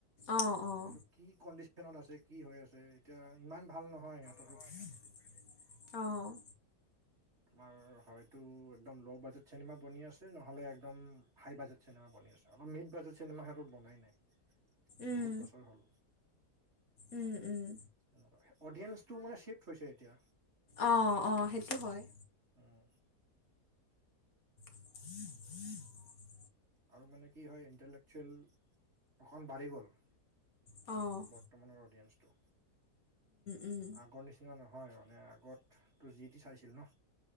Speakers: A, on the left (about 60°); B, on the right (about 40°).
A: অঁ অঁ
B: সেইটো কি কণ্ডিশনত আছে? কি হৈ আছে? এতিয়া ইমান ভাল নহয় ইাত
A: <unintelligible> অ,
B: তোমাৰ হয়তো একদম ল' বাজেট চিনেমা বনি আছে, নহলে একদম হাই বাজেট চিনেমা বনি আছে। অলপ মিট বাজেট চিনেমা হত বনাই নাই।
A: উম
B: বহুত বছৰ হ'ল।
A: উম', উম,
B: <unintelligible> অডিয়েন্ঞ্চটো মানে চিফ্ট হৈছে। এতিয়া
A: অ', অ, সেইটো হয়।
B: উম',
A: <inaudible>
B: আৰু মানে কি হয়। ইণ্টেলেকচুৱেল অক বাঢ়ি গ'ল
A: অ',
B: বৰ্তমানৰ অডিয়েন্ঞ্চটো
A: উম
B: আগৰ নিচ <unintelligible> নহয় মানে আগত তোৰ জি টি চাইছিল ন।